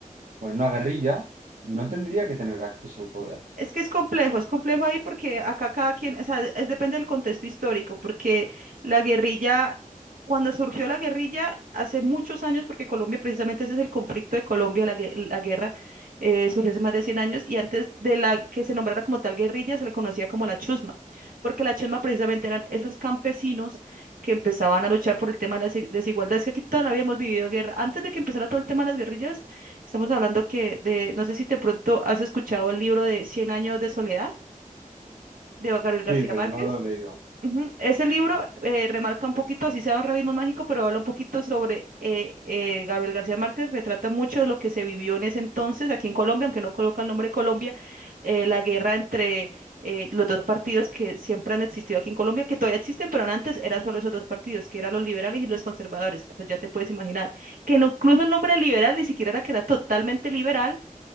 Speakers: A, on the right (about 70°); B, on the right (about 80°).
A: en una guerrilla no
B: Ujú.
A: tendría que tener acceso al poder.
B: Es que es complejo, es complejo ahí porque acá cada quien, o sea, es, depende del contexto histórico, porque la guerrilla, cuando surgió la guerrilla hace muchos años, porque Colombia, precisamente ese es el conflicto de Colombia, la, gue- la guerra eh, surgió hace más de 100 años, y antes de la que se nombrara como tal guerrilla, se le conocía como la chusma, porque la chusma precisamente eran esos campesinos que empezaban a luchar por el tema de las desigualdades, que aquí todavía habíamos vivido guerra. Antes de que empezara todo el tema de las guerrillas, Estamos hablando que de, no sé si de pronto has escuchado el libro de Cien años de soledad de Gabriel García
A: Sí, pero
B: Márquez.
A: no lo he leído.
B: Ujú. Ese libro eh, remarca un poquito, así sea un realismo mágico, pero habla un poquito sobre eh, eh, Gabriel García Márquez, retrata mucho de lo que se vivió en ese entonces aquí en Colombia, aunque no coloca el nombre de Colombia, eh, la guerra entre eh, los dos partidos que siempre han existido aquí en Colombia, que todavía existen, pero antes eran solo esos dos partidos, que eran los liberales y los conservadores, pues ya te puedes imaginar, que no- incluso el nombre liberal ni siquiera era que era totalmente liberal